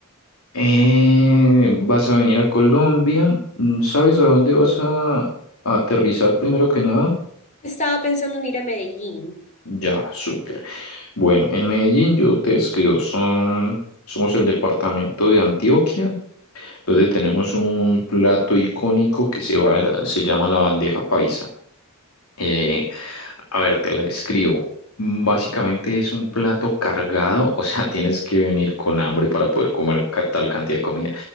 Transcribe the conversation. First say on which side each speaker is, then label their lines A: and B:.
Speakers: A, on the left; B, on the left.
A: eh, vas a venir a Colombia. Mm, ¿Sabes a dónde vas a, a aterrizar primero que nada?
B: Estaba pensando en ir a Medellín.
A: Ya, súper. Bueno, en Medellín yo te escribo, son, somos el departamento de Antioquia, donde tenemos un plato icónico que se, va- se llama la bandeja paisa. Eh, a ver, te la describo. Básicamente es un plato cargado, <laughs> o sea, tienes que venir con hambre para poder comer ca- tal cantidad de comida,